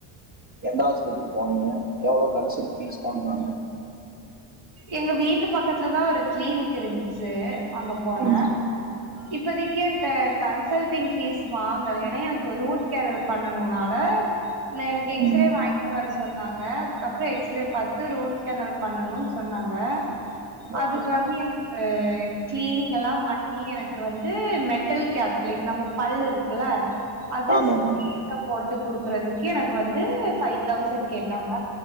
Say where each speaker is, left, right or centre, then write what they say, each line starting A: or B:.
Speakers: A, on the right; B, on the right.
A: எந்த ஹாஸ்பிட்டல் போனீங்க எவ்ளோ கன்சல்ட் ஃபீஸ் வாங்கினாங்க
B: எங்க வீட்டு பக்கத்துலதா ஒரு க்ளீனிக் இருந்ச்சு அங்க போன
A: ம்
B: இப்பதிக்கி என்ட்ட கன்சல்டிங் ஃபீஸ் வாங்கல ஏனா எனக்கு ரூட் கேனல் பண்ணனுனால நெ எனக் எக்ஸ்ரே
A: ம்
B: வாங்கிட்டு வர சொன்னாங்க அதுக்கப்புறோ எக்ஸ்ரே பாத்து ரூட் கேனல் பண்ணனு சொன்னாங்க அதுக்கு
A: ஓகே
B: வந்து
A: மேம்
B: எனக்கு க்ளீனிங் எல்லா பண்ணி எனக்கு வந்து மெட்டல் கேப் லைக் நம்ம பல் இருக்குல்ல அது
A: ஆமாம் மேம்
B: <unintelligible> போட்டுக் குடுக்கறதுக்கே எனக்கு வந்து ஃபை தௌசண்ட் கேட்டாங்க